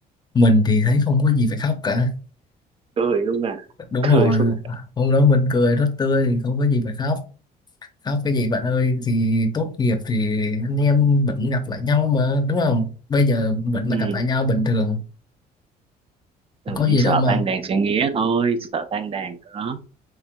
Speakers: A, on the left; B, on the right.
A: mình thì thấy không có gì phải khóc cả
B: cười luôn à
A: đúng
B: cười
A: rồi
B: luôn à.
A: hôm đó mình cười rất tươi không có gì phải khóc khóc cái gì bạn ơi thì tốt nghiệp thì anh em vẫn gặp lại nhau mà đúng không bây giờ vẫn
B: ừ.
A: là gặp lại nhau bình thường
B: mình
A: có gì
B: chỉ sợ
A: đâu mà
B: tan đàn sẽ nghé thôi sợ tan đàn đó